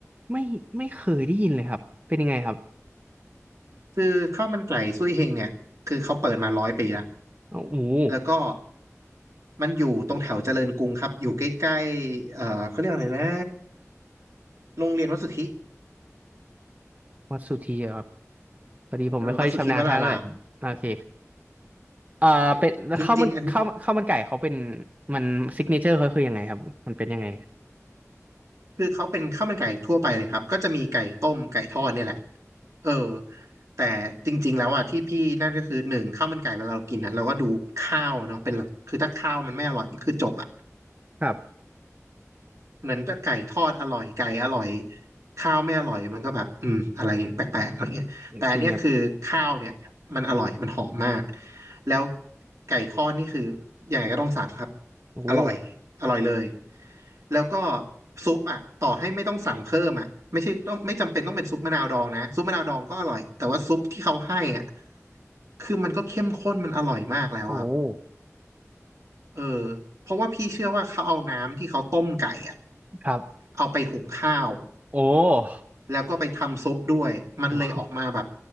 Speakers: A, on the right; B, on the right.
A: ไม่ไม่เคยได้ยินเลยครับเป็นยังไงครับ
B: คือข้าวมันไก่ซุยเฮงเนี่ยคือเขาเปิดมาร้อยปีละ
A: อ้าวโอ้โห
B: แล้วก็มันอยู่ตรงแถวเจริญกรุงครับอยู่ใกล้ๆเอ่อเขาเรียกอะไรนะโรงเรียนวัดสุทธิ
A: วัดสุธีเหรอครับพอดีผมไม่ค่อยชำนาญทางเลยโอเค
B: เออวัดสุทธิวราราม
A: เอ่อเป็นข้าวมันข้าวข้าวมันไก่เขาเป็น
B: จริงๆอัน
A: มันซิกเนเจอร์เขาคือยังไงครับมันเป็นยังไง
B: คือเขาเป็นข้าวมันไก่ทั่วไปเลยครับ ก็จะมีไก่ต้มไก่ทอดเนี่ยแหละเออแต่จริงๆแล้วอ่ะที่พี่นั่นก็คือหนึ่งข้าวมันไก่เวลาเรากินอ่ะเราก็ดูข้าวเนาะเป็นหลักคือถ้าข้าวมันไม่อร่อยมันคือจบอ่ะ
A: ครับ
B: เหมือนกับไก่ทอดอร่อยไก่อร่อยข้าวไม่อร่อยมันก็แบบอืมอะไรแปลกๆอะไรเงี้ยแต่อันเนี้ยคือข้าวเนี่ยมันอร่อยมันหอมมาก
A: จริงครับ
B: แล้วไก่ทอดนี่คือยังไงก็ต้องสั่งครับ
A: โอ้โห
B: อร่อยอร่อยเลย แล้วก็ซุปอ่ะต่อให้ไม่ต้องสั่งเพิ่มอ่ะไม่ใช่ต้องไม่จำเป็นต้องเป็นซุปมะนาวดองนะซุปมะนาวดองก็อร่อยแต่ว่าซุปที่เขาให้อ่ะคือมันก็เข้มข้นมันอร่อยมากแล้วอะครับ
A: โอ้โห
B: เออเพราะว่าพี่เชื่อว่าเขาเอาน้ำที่เขาต้มไก่อะ
A: ครับ
B: เอาไปหุงข้าว
A: โอ้
B: แล้วก็ไปทำซุปด้วยมันเลยออกมาแบบ
A: โห